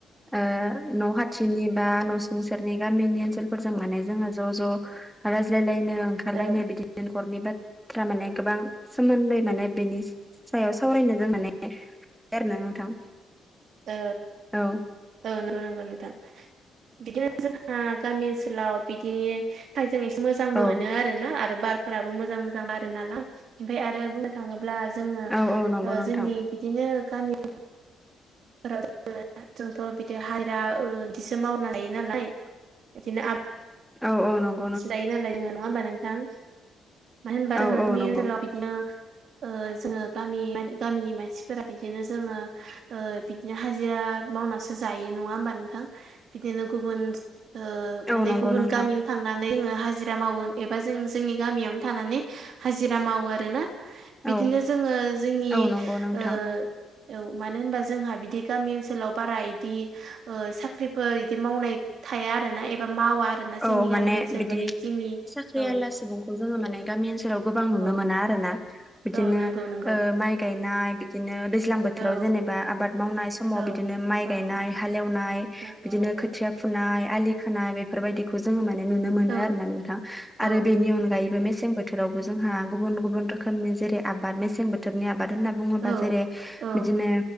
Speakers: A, in the centre; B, on the right (about 60°).
A: ओ न' हाथिनि बा न'सुं सेेरनि गामिनि ओनसोलफोरजों माने जोङो ज' ज' राज्लाय लायनो ओंखारलायनाय
B: औ
A: बिदिनो न'खरनि बाथ्रा माने गोबां सोमोन्दै माने बिनि सायाव सावरायनो जों माने आरो ना नोंथां।
B: ओ
A: औ
B: औ नंगौ-नंगौ नोंथां बिदिनो जोंहा गामि ओनसोलाव बिदि फाय जों एसे मोजांबो
A: औ
B: मोनो आर ना आरो बारफोराबो मोजां मोजां बारोनालाय ओमफाय आरो बुंनो थाङोब्ला जोङो
A: औ औ नंगौ
B: ओ
A: नोंथां
B: जोंनि बिदिनो गामि <unintelligible> जोंथ' बिदि हाजिरा बिदिसो मावनो हायो नालाय बिदिनो आब
A: औ-औ नं
B: सो जायो नालाय जोङो नङा होमबा नोंथां मानो होनबा
A: औ
B: जोङोनि
A: औ नंगौ
B: ओनसोलाव बिदिनो ओ जोङो गामि-गामिनि मानसिफोरा बिदिनो जोङो ओ बिदिनो हाजिरा मावनासो जायो नङा होमबा नोंथां बिदिनो गुबुन ओ माने
A: औ नंगौ
B: गुबुन
A: नोंथां
B: गामियाव थांनानै जोङो हाजिरा मावो एबा जों जोंनि गामियावनो थानानै हाजिरा मावो आरो ना। बिदिनो
A: औ
B: जोङो जोंनि
A: औ नंगौ नोंथां
B: ओ औ मानो होनबा जोंहा बिदि गामि ओनसोलाव बारा इदि ओ साख्रिफोर इदि मावनाय थाया आरोना एबा मावा आरोना।
A: औ
B: जोंनि
A: माने
B: गामि ओनसोल
A: बिदि
B: बायदि जोंनि
A: साख्रि
B: औ
A: आलला सुबुंखौ जोङो माने गामि ओनसोलाव गोबां नुनो
B: औ
A: मोना। आरोना बिदिनो
B: औ नंगौ नंगौ
A: ओ माइ गायनाय बिदिनो दैज्लां बोथोराव
B: औ
A: जेनेबा आबाद मावनाय समाव
B: औ
A: बिदिनो माइ
B: औ
A: गायनाय हालेवनाय
B: नंगौ
A: बिदिनो
B: नंगौ।
A: खोथिया फुनाय आलि खोनाय बे फोरबायदिखौ जोङो माने नुनो मोनो
B: औ
A: आरोना नोंथां।
B: औ
A: आरो बेनि अनगायैबो मेसें बोथ थोरावबो जोंहा गुबुन गुबुन रोखोमनि जेरै आबाद मेसें बो थोरनि आबाद होनना बुङोबा
B: औ
A: जेरे
B: औ
A: बिदिनो